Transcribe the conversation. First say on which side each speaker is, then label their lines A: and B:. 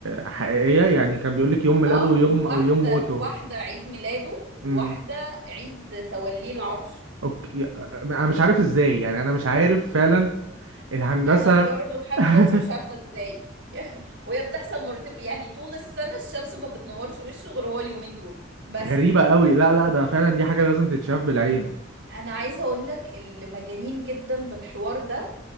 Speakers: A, on the right; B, on the right.
A: حقيقية يعني كان بيقولك يوم ميلاده
B: اه
A: يوم
B: واحده
A: أو يوم موته
B: واحده عيد ميلاده وواحده
A: امم
B: عيد توليه العرش
A: أوكي أنا مش عارف إزاي يعني أنا مش عارف فعلا الهندسة
B: انا برضو لحد
A: <laughs>
B: دلوقتي مش عارفه ازاي <laughs> وهي بتحصل مرتين في يعني طول السنه الشمس ما بتنورش وشه غير هو اليومين دول بس
A: غريبة قوي لا لا ده فعلا دي حاجة لازم تتشاف بالعين
B: انا عايزه اقول لك اللي مجانين جدا بالحوار ده